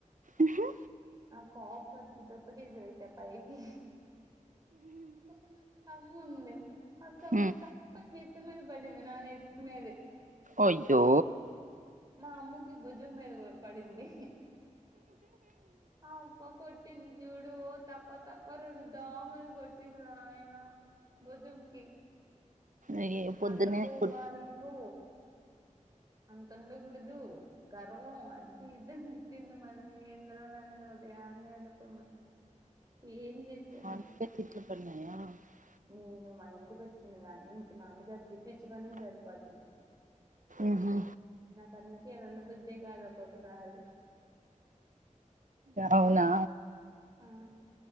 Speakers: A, on the right; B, on the right.
A: ఉహు
B: ఆ కోపట్టుంది ఒకటేసారి ఇట్టా పైకి పైన కమ్ము ఉంది ఆ కమ్మి
A: ఉమ్
B: తప్పని నెత్తి మీద పడింది నా నెత్తి మీదే
A: అయ్యో
B: మా అమ్మకి భుజం మీద పడింది ఆ అబ్బ కొట్ కొట్టింది చూడు తప్ప తప్ప రెండు దామ్ అని కొట్టింది రా నాయన భుజం కి
A: అయ్యో, పొద్దునే
B: అంత కొవ్వ నీకు అంత ఉండకూడదు గర్వం అది ఇది తిట్టింది మరి ఏందిరా నాయన ఉదయాన్నే అనుకున్నా ఏం చేసాలా
A: అందుకే <unintelligible>
B: నేను మా ఇంటికి వచ్చిన గానీ నుంచి మా అమ్మ చేత తిట్టించుకొనుడే సరిపోతుంది
A: ఉహు
B: నాకు ఆందుకే ఉండ బుద్దే కాదు ఒక్కొక్కసారి
A: అవునా
B: ఆ